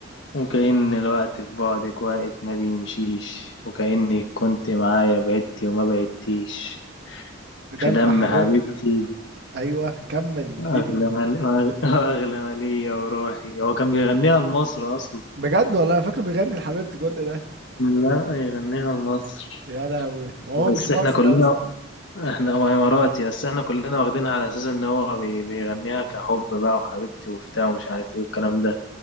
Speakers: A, on the left (about 70°); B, on the right (about 60°).
A: وكأن الوقت في بعدك واقف ما بيمشيش وكأنك كنت معايا بعدتي وما بعدتيش في
B: دم
A: دم
B: حبيب
A: حبيبتي
B: ايوه كمل اديني
A: أغلى من أغ- أغلى من ليا وروحي هو كان بيغنيها لمصر أصلا
B: بجد والله انا فاكره بيغني لحبيبتي كل ده
A: لا يغنيها لمصر
B: يا لهوي وهو
A: بس
B: مش مصري
A: احنا كلنا
B: اصلا
A: احنا هو إماراتي بس احنا كلنا واخدينها على أساس إن هو بي- بيغنيها كحب بقى وحبيبتي وبتاع ومش عارف إيه والكلام ده